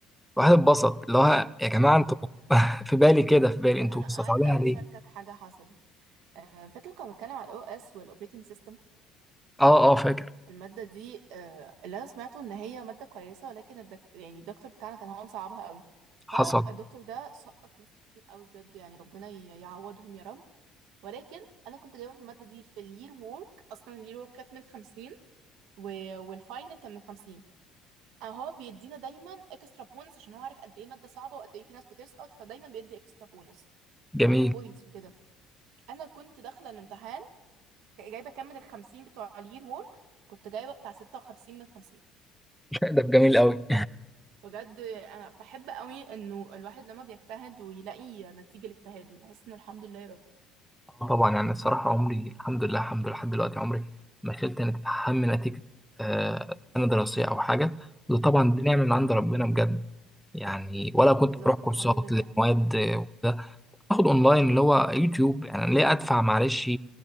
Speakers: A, in the centre; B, on the right (about 70°).
A: الواحد اتبسط اللي هو يا جماعه
B: <laughs>
A: انتوا <laughs> في بالي كده في بالي
B: لا،
A: انتوا
B: أنا عايزة
A: مستصعبينها
B: عايزة
A: ليه؟
B: أشاركك حاجة حصلت آه، فاكر كنا بنتكلم على الاو اس والاوبريتنج سيستم
A: اه اه فاكر
B: الماده دي آه، اللي انا سمعته ان هي ماده كويسه ولكن الدك... يعني الدكتور بتاعنا كان هو مصعبها قوي
A: حصل
B: فالدكتور ده سقط ناس كتير قوي بجد يعني ربنا ي- يعوضهم يا رب ولكن انا كنت جايبه في الماده دي في الير وورك اصلا الير وورك كانت من 50 و... والفاينل كان من 50 آه، هو بيدينا دايما اكسترا بونس عشان هو عارف قد ايه ماده صعبه وقد ايه في ناس بتسقط فدايما بيدي اكسترا بونس
A: جميل
B: بوينتس وكده انا كنت داخله الامتحان جايبه كام من الخمسين بتوع الير وورك كنت جايبه بتاع ستة وخمسين من خمسين
A: <laughs> ده جميل قوي
B: بجد انا بحب قوي انه الواحد لما بيجتهد ويلاقي نتيجه لاجتهاده بحس انه الحمد لله يا رب
A: اه طبعا يعني الصراحه عمري الحمد لله الحمد لله لحد دلوقتي عمري ما شلت نت- هم نتيجه آه، سنه دراسيه او حاجه وده طبعا دي نعمه من عند ربنا بجد يعني ولا كنت
B: بالظبط
A: بروح كورسات
B: الحمد لله
A: لمواد آه، وكده باخد اونلاين اللي هو يوتيوب يعني ليه ادفع معلش